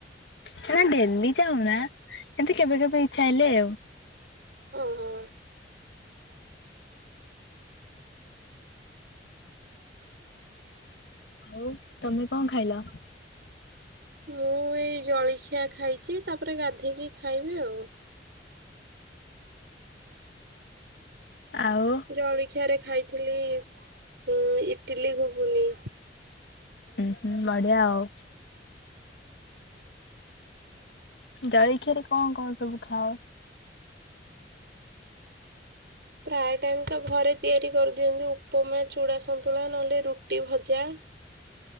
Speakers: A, on the left (about 70°); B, on the right (about 65°).
A: ନା ଡେଲି ଯାଉନା ଏତି କେବେ କେବେ ଇଚ୍ଛା ହେଲେ ଆଉ।
B: ଓହୋ।
A: ଆଉ ତମେ କଣ ଖାଇଲ?
B: ମୁଁ ଏଇ ଜଳଖିଆ ଖାଇଚି ତାପରେ ଗାଧେଇକି ଖାଇବି ଆଉ।
A: ଆଉ
B: ଜଳଖିଆରେ ଖାଇଥିଲି ଉ ଇଟିଲି ଗୁଗୁନି।
A: ହଁ ହୁଁ ବଢିଆ ଆଉ। ଜଳିଖିଆରେ କଣ କଣ ସବୁ ଖାଅ?
B: ପ୍ରାୟ ଟାଇମ ତ ଘରେ ତିଆରି କରିଦିଅନ୍ତି ଉପମା ଚୁଡା। ସନ୍ତୁଳା ନ ହେଲେ ରୁଟି ଭଜା।